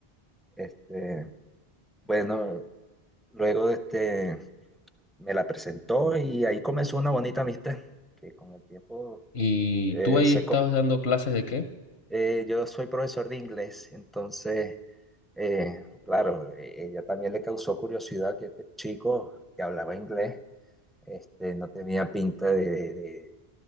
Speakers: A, in the centre; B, on the left (about 75°).
A: Este, bueno, luego este, me la presentó y ahí comenzó una bonita amistad, que con el tiempo
B: ¿Y
A: eh,
B: tú ahí
A: se
B: estabas
A: co-
B: dando clases de qué?
A: eh, yo soy profesor de inglés, entonces, eh, claro, eh, ella también le causó curiosidad que este chico que hablaba inglés, este, no tenía pinta de, de- de-